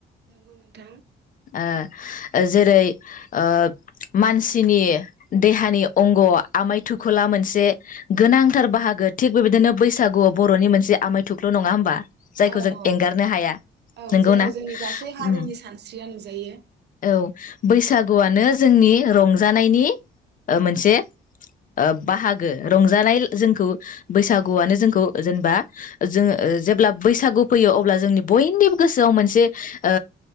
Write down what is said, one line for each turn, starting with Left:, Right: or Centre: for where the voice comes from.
Right: नंगौ नोंथां।
Left: ओ जेरै ओ मानसिनि देहानि अंग' आमाय थुखला मोनसे गोनांथार बाहागो थिग बेबायदिनो बैसागु बर'नि मोनसे आमाय थुख्ल' नङा होमबा? जायखौ
Right: औ औ
Left: जों एंगारनो हाया
Right: औ
Left: नोंगौना?
Right: जेराव जोंनि गासै हारिनि
Left: उम
Right: सानस्रिया नुजायो
Left: औ बैसागुआनो जोंनि रंजानायनि ओ मोनसे ओ बाहागो रंजानाय जोंखौ बैसागुआनो जोंखौ जेनेबा जोङो जेब्ला बैसागु फैयो अब्ला जोंनि बयनिबो गोसोआव मोनसे ओ